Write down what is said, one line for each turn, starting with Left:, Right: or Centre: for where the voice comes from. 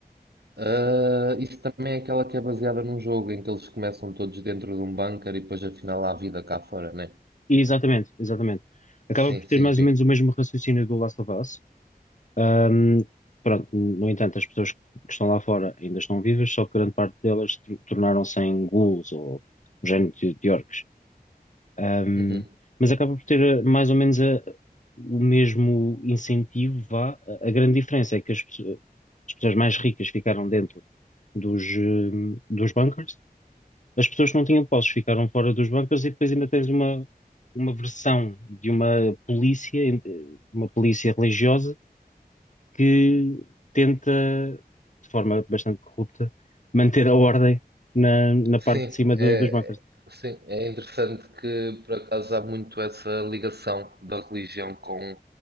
Right: eh, isso também é aquela que é baseada num jogo em que eles começam todos dentro de um bunker e depois afinal há vida cá fora, né?
Left: Exatamente, exatamente. Acaba
Right: Sim,
Left: por ter
Right: sim,
Left: mais
Right: vi.
Left: ou menos o mesmo raciocínio do Last of Us. Ahm, pronto, no entanto, as pessoas que estão lá fora ainda estão vivas, só que grande parte delas tor- tornaram-se em ghouls ou um género de, de orcs. Ahm,
Right: Uhum.
Left: mas acaba por ter eh, mais ou menos a- o mesmo incentivo, vá. A, a grande diferença é que as, pesso- as pessoas mais ricas ficaram dentro dos, eh, dos bunkers as pessoas que não tinham posses ficaram fora dos bancos e depois ainda tens uma, uma versão de uma polícia, uma polícia religiosa, que tenta, de forma bastante corrupta, manter a ordem na, na
Right: Sim,
Left: parte de cima
Right: é,
Left: do- dos bancos.
Right: sim, é interessante que por acaso há muito essa ligação da religião com